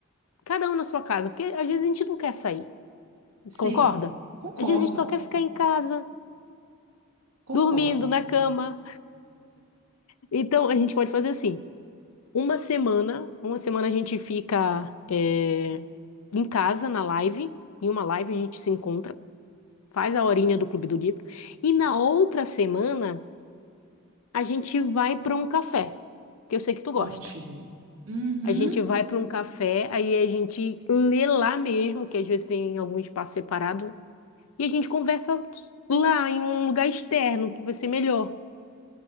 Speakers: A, on the left (about 80°); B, on the right (about 80°).
A: Cada um na sua casa, porque às vezes a gente não quer sair,
B: Sim,
A: concorda?
B: concordo.
A: Às vezes a gente só quer ficar em casa,
B: Concordo.
A: dormindo na cama. Então a gente pode fazer assim. Uma semana, uma semana a gente fica eh, em casa na live, em uma live a gente se encontra, faz a horinha do Clube do Livro, e na outra semana a gente vai para um café, que eu sei que tu gosta.
B: Ótimo. Uhum.
A: A gente vai para um café, aí a gente lê lá mesmo, que às vezes tem algum espaço separado, né? E a gente conversa lá em um lugar externo que vai ser melhor.